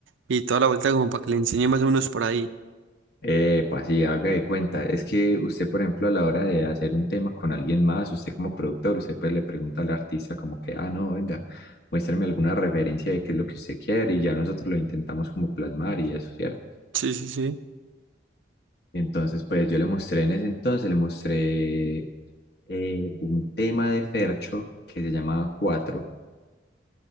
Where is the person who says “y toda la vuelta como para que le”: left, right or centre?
Right